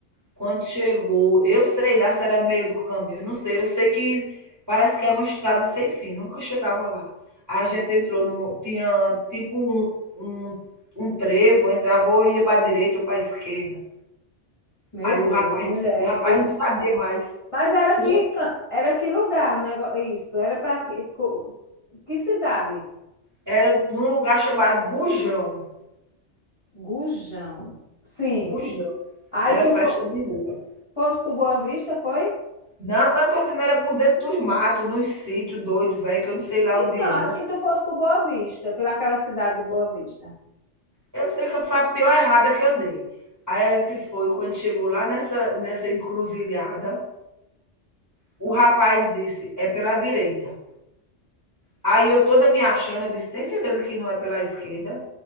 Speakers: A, on the right; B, on the left.
A: Quando chegou, eu sei lá se era meio do caminho, não sei, eu sei que parece que era uma estrada sem fim, nunca chegava lá. A gente entrou no tinha tipo um um um trevo, entrava ou ia pra direita ou pra esquerda.
B: Meu
A: Aí
B: Deus,
A: o rapaz
B: mulher,
A: o rapaz
B: eu...
A: não sabia mais.
B: mas era
A: O
B: que
A: ra
B: can- era que lugar o negócio, isso, era para que, co- que cidade?
A: era num lugar chamado Gujão,
B: Gujão. Sim.
A: Gujão,
B: Aí
A: era
B: tu
A: festa
B: fo-
A: de rua.
B: fosse para Boa Vista, foi?
A: Não, eu tô dizendo, era por dentro dos matos, num sítio doido velho, que eu não sei lá
B: Então,
A: onde era.
B: acho que tu fosse para Boa Vista, pelaquela cidade de Boa Vista.
A: Eu sei que foi a pior errada que eu dei. Aí a gente foi, quando chegou lá nessa, nessa encruzilhada, o rapaz disse, é pela direita. Aí eu toda me achando, eu disse, tem certeza que não é pela esquerda?